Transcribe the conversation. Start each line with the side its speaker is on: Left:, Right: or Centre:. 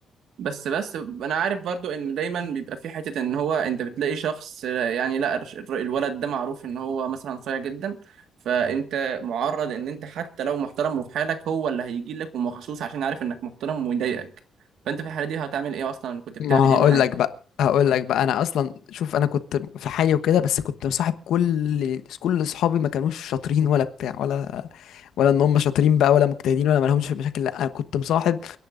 Right: بس بس انا عارف برضو ان دايما بيبقى في حته ان هو انت بتلاقي شخص يعني لا الر- الر- الولد ده معروف ان هو مثلا صايع جدا فانت معرض ان انت حتى لو محترم وفي حالك هو اللي هيجي لك ومخصوص عشان عارف انك محترم ويضايقك فانت في الحاله دي هتعمل ايه اصلا كنت بتعمل
Left: ما هقول
Right: ايه معاه
Left: لك بقى هقول لك بقى انا اصلا شوف انا كنت في حالي وكده بس كنت مصاحب كل كل اصحابي ما كانوش شاطرين ولا بتاع ولا ولا ان هم شاطرين بقى ولا مجتهدين ولا ما لهمش في المشاكل لا انا كنت مصاحب